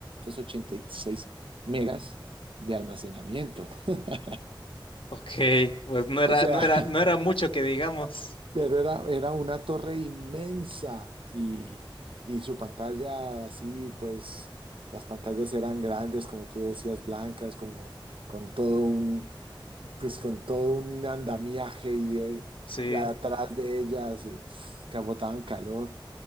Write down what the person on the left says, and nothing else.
Ok, pues no era,
no era, no era mucho que digamos.
Sí.